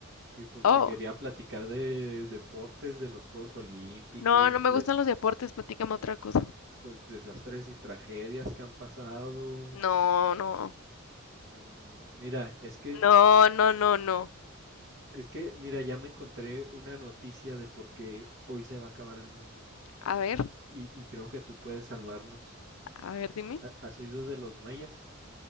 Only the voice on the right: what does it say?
Y pues
te quería platicar de deportes, de los Juegos Olímpicos,
del,
pues, desastres y tragedias que han pasado.
Mm, Mira, es que
Es que, mira, ya me encontré una noticia de por qué hoy se va a acabar el mundo.
Y, y creo que tú puedes salvarnos.
¿Ha- ¿Has oído de los mayas?